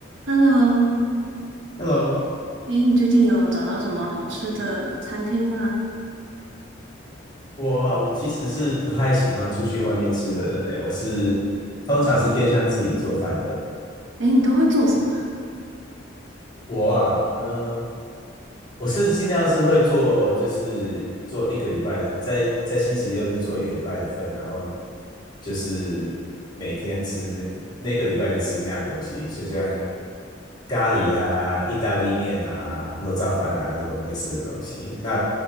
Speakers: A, on the right (about 65°); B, on the left (about 20°).
A: Hello，
B: Hello，
A: 诶，你最近有找到什么好吃的餐厅吗？
B: 我啊我其实是不太喜欢出去外面吃的人诶，我是通常是偏向自己做饭的。
A: 诶，你都会做什么啊？
B: 我啊，嗯，我是尽量是会做，就是做一个礼拜的，在在星期六日做一个礼拜的份，然后就是每天吃那那个礼拜就吃那样东西，就像咖喱啊、意大利面啊、肉燥饭啊那种类似的东西。那